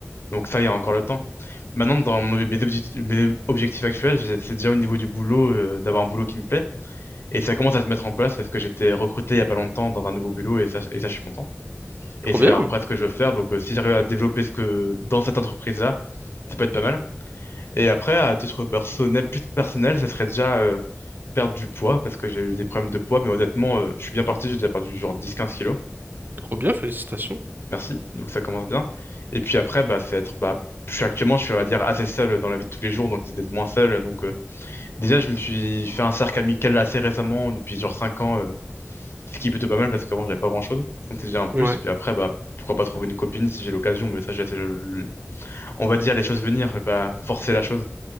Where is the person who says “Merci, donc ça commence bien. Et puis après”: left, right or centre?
Left